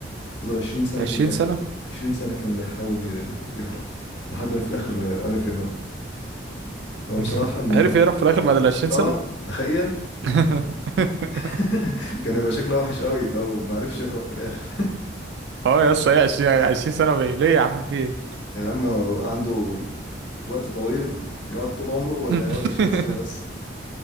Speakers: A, on the left (about 75°); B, on the right (about 65°).
A: فضل 20 سنه
B: 20
A: كامله
B: سنة
A: يح- 20 سنه كامله يحاول ي- يهرب لحد ما في الاخر عرف يهرب هو
B: <laughs>
A: بصراحه من
B: عرف يهرب في الاخر بعد ال 20 سنة
A: اه تخيل
B: <laughs>
A: <laughs> كان هيبقى شكله وحش قوي لو ما عرفش يهرب في الاخر
B: اه يا اسطى ايه 20 20 سنة بيه ليه يا عم في ايه
A: <laughs> يا عم هو عنده وقت طويل يقعد طول عمره ولا
B: <laughs>
A: يقعد 20 سنة بس